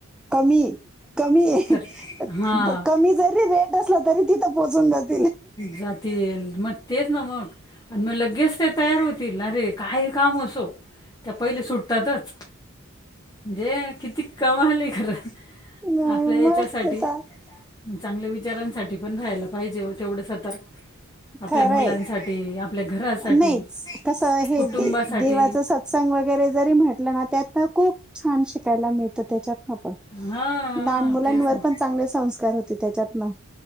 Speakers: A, in the centre; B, on the left.
A: कमी-कमी-कमी
B: तर हां
A: जरी. रेट असला तरी ती. ोचूनात <unintelligible>
B: जातील मग तेच ना मग. आणि मग लगेच ते तयार होतील अरे काय काम असो. त्या पहिले सुट्टतातच. म्हणजे किती कमाल हाय खरं.
A: म
B: आपल्या याच्यासाठी
A: मग घेतात.
B: चांगल्या विचारांसाठी पण राहायला पाहिजे. व तेवढं सतर्क आपल्या
A: खरंय.
B: मुलांसाठी. ते आपल्या घरासाठी
A: नाहीच कसं हे
B: कुटुंबासाठी
A: दे देवाच सत्संग वगैरे जरी म्हटलं ना. त्यातन खूप. छान शिकायला मिळतं त्याच्यात. पण
B: हा
A: लहान मुलांवर
B: तेच ना
A: पण चांगले संस्कार होते त्याच्यातन.